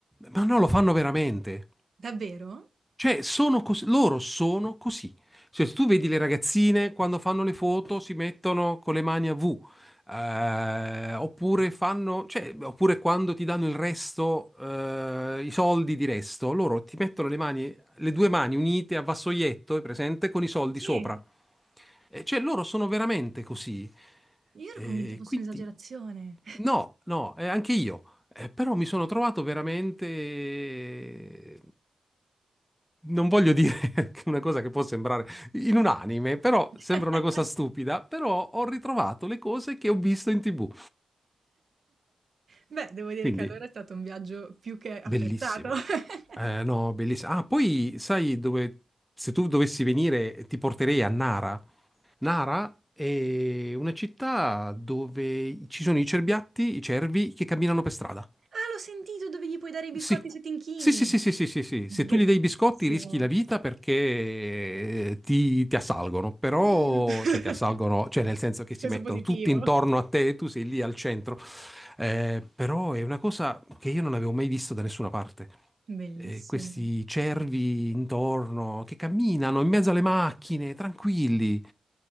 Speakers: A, in the centre; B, on the right (about 65°).
A: Ma no, lo fanno veramente.
B: Davvero?
A: Cioè, sono cos- loro sono così. Cioè, se tu vedi le ragazzine quando fanno le foto si mettono con le mani a V, eh, oppure fanno, cioè, oppure quando ti danno il resto, eh, i soldi di resto, loro ti mettono le mani, le due mani unite a vassoietto, è presente, con i soldi
B: Sì,
A: sopra. Eh, cioè, loro sono veramente così.
B: io ero
A: Eh,
B: convinta fosse
A: quindi,
B: un'esagerazione.
A: no, no, eh, anche io. Eh, però mi sono trovato veramente... Non voglio dire <laughs> che una cosa che può sembrare in un anime, però
B: <laughs>
A: sembra una cosa stupida, però ho ritrovato le cose che ho visto in TV.
B: Beh, devo dire
A: Quindi,
B: che allora è stato un viaggio più che apprezzato.
A: bellissimo.
B: <laughs>
A: Eh, no, bellissimo. Ah, poi sai dove... Se tu dovessi venire, ti porterei a Nara. Nara è una città dove ci sono i cerbiatti, i cervi che camminano per strada.
B: Ah, l'ho sentito dove gli puoi dare i biscotti
A: Sì.
B: se ti inchini.
A: Sì, sì, sì, sì, sì, sì, sì.
B: Bellissimo.
A: Se tu gli dai i biscotti rischi la vita perché eh, ti, ti assalgono, però,
B: <laughs>
A: cioè ti assalgono, cioè nel senso che si
B: Peso
A: mettono
B: positivo.
A: tutti intorno a te, tu sei lì al centro. Eh, però è una cosa che io non avevo mai visto da nessuna parte.
B: Bellissimo.
A: Eh, questi cervi intorno che camminano in mezzo alle macchine, tranquilli.